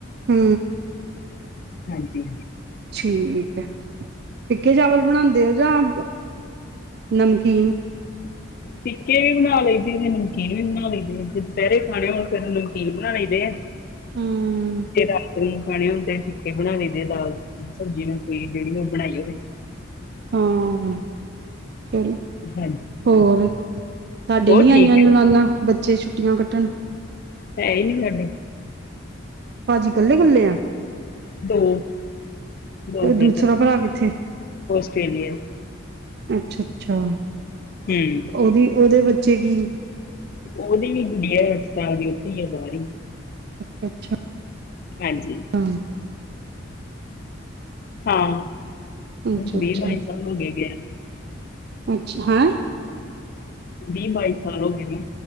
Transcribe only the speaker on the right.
ਹੂੰ।
ਠੀਕ ਆ ਫਿੱਕੇ ਚੌਲ ਬਣਾਉਂਦੇ ਓ ਜਾਂ ਨਮਕੀਨ। ਹਾਂਜੀ।
ਹੂੰ।
ਹਾਂ ਚਲੋ।
ਹੋਰ ਤੁਹਾਡੇ
ਨਹੀਂ
ਆਏ ਨਿਆਣੇ ਬੱਚੇ ਛੁੱਟੀਆਂ ਕੱਟਣ।
ਭਾਜੀ ਇਕੱਲੇ-ਇਕੱਲੇ ਆਂ।
ਤੇ
ਦੂਸਰਾ ਭਰਾ ਕਿੱਥੇ?
ਅੱਛਾ ਅੱਛਾ
ਉਹਦੇ ਬੱਚੇ ਕੀ।
ਅੱਛਾ-ਅੱਛਾ
ਹੂੰ।
ਅੱਛਾ
ਅੱਛਾ
ਅੱਛਾ ਹੈਂ।